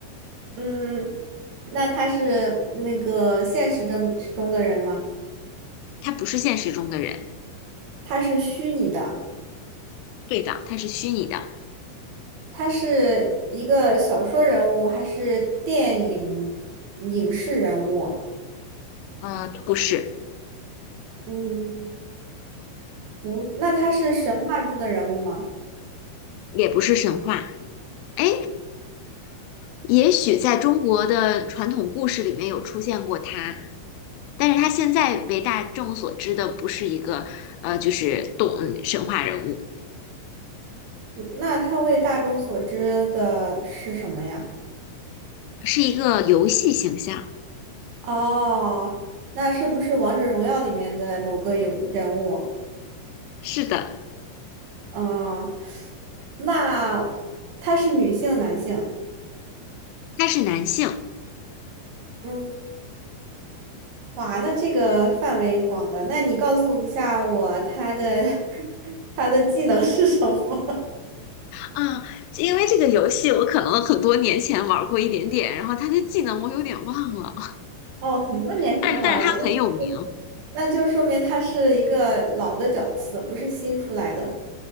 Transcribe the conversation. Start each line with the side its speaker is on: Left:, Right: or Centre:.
Right: 嗯，那他是那个现实中中的人吗？
Left: 他不是现实中的人，
Right: 他是虚拟的，
Left: 对的，他是虚拟的，
Right: 他是一个小说人物还是电影影视人物？
Left: 呃，不是，
Right: 嗯，不，那他是神话中的人物吗？
Left: 也不是神话，哎，也许在中国的传统故事里面有出现过他，但是他现在为大众所知的不是一个，呃，就是动神话人物。
Right: 嗯那他为大众所知的是什么呀？
Left: 是一个游戏形象。
Right: 哦，那是不是王者荣耀里面的某个有人物？
Left: 是的，
Right: 哦，那他是女性、男性？
Left: 他是男性
Right: 嗯。哇，那这个范围广的，那你告诉一下我他的 <laughs> 他的技能是什么？
Left: 啊，因为这个游戏我可能很多年前玩过一点点，然后他的技能我有点忘了，
Right: <laughs> 哦，很多年前玩过的，
Left: 但但是他很有名。
Right: 那那就说明他是一个老的角色，不是新出来的。